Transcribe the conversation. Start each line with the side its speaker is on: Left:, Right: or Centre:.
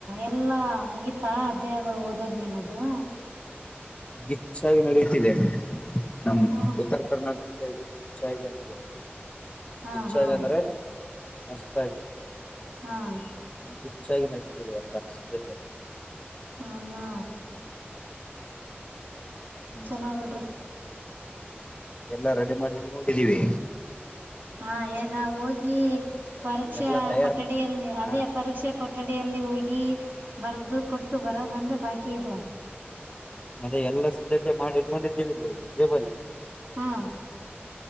Right: ಎಲ್ಲಾ ಮುಗಿತಾ ದೇಹಗಳು ಓದೋದ್ ನಿನ್ನದು
Left: ಗಿಚ್ಚಾಗಿ ನಡೆಯುತ್ತಿದೆ ನಮ್
Right: ಹ್ಞೂ
Left: ಉತ್ತರ ಕರ್ನಾಟಕ ಸೈಡು ಗಿಚ್ಚಾಗಿ ಅಂತ ಅಂತವಿ
Right: ಹಾಂ
Left: ಗಿಚ್ಚಗಿ
Right: ಹಾಂ
Left: ಅಂದ್ರೆ ಮಸ್ತಾಗಿ
Right: ಹಾಂ
Left: ಗಿಚ್ಚಾಗಿ ನಡ ಸರಿ ಎಲ್ಲ ಸಿದ್ಧತೆ
Right: ಹ್ಮ ಹ್ಮ
Left: ಹ್ಮ್
Right: ಚಲಾಗ್ ಬಿಡ್ರಿ.
Left: ಎಲ್ಲಾ ರೆಡಿ ಮಾಡಿ ಇಟ್ಕೊಂಡಿದ್ದೀವಿ.
Right: ಹಾ ಈಗ ಹೋಗಿ ಪರೀಕ್ಷೆ
Left: ಎಲ್ಲಾ ತಯಾರ್
Right: ಕೊಠಡಿಯಲ್ಲಿ
Left: ಹಾ
Right: ಅದೇ ಪರೀಕ್ಷೆ ಕೊಠಡಿ. ಅಡಲ್ಲಿ ಹೋಗಿ ಬರೆದು ಕೊಟ್ಟು ಬರೋದಂದೆ ಬಾಕಿ ಇದೆ.
Left: ಅದೇ ಎಲ್ಲಾ ಸಿದ್ಧತೆ ಮಾಡಿ ಇಟ್ಕೊಂಡಿದ್ದೇವಿ ಇಲ್ಲಿ ಜೇಬಲ್ಲಿ
Right: ಹ